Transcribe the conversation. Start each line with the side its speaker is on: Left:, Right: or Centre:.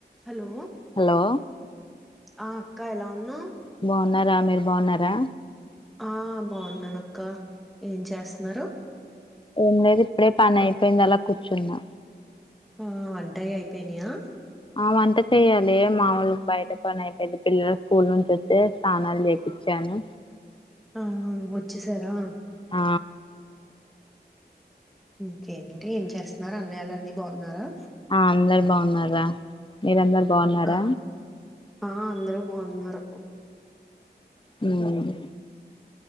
Centre: హలో
Left: హలో
Centre: ఆ అక్క ఎలా ఉన్నవ్
Left: బాన్నా రా మీరు బావున్నారా
Centre: ఆ బావున్నానక్క ఏం చేస్తన్నారు
Left: ఏం లేదు ఇప్పుడే పనైపొయింది అలా కుర్చున్నా
Centre: ఆ వంటయి అయిపొయినియా
Left: ఆ వంట చెయ్యాలి మాముూలు బయట పనైపోయింది పిల్లల స్కూల్ నుంచి వస్తే స్నానాలు చేపిచాను
Centre: ఆ ఆ వచ్చి సరా
Left: ఆ
Centre: ఇంకేంటి ఏం చేస్తున్నారు అన్నియాలు అది బాగున్నారా
Left: ఆ అందరు బాగున్నారా మీరందరు బాగున్నారా
Centre: ఆ ఆ అందరూ బాగున్నారు
Left: మ్మ్